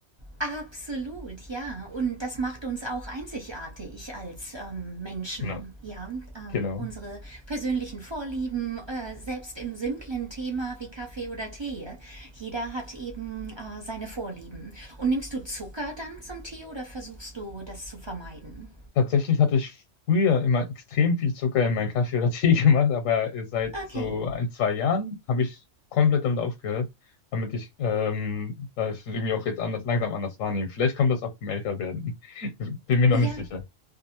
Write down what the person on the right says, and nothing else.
Absolut, ja. Und das macht uns auch einzigartig als ähm, Menschen.
Ja, ähm,
unsere persönlichen Vorlieben, äh, selbst im simplen Thema wie Kaffee oder Tee. Jeder hat eben äh, seine Vorlieben. Und nimmst du Zucker dann zum Tee oder versuchst du das zu vermeiden?
Okay,
ja,